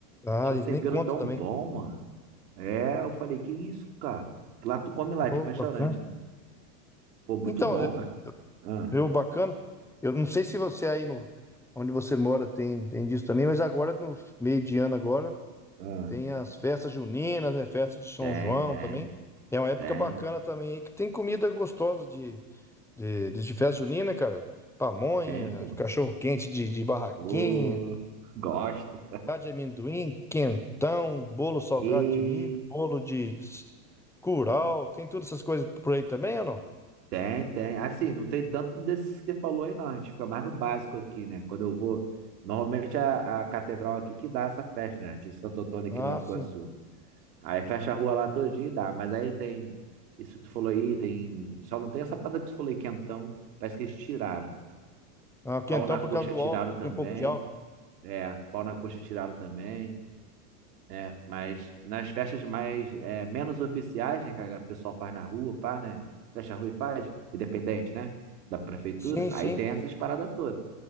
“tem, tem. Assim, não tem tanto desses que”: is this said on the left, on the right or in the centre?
Right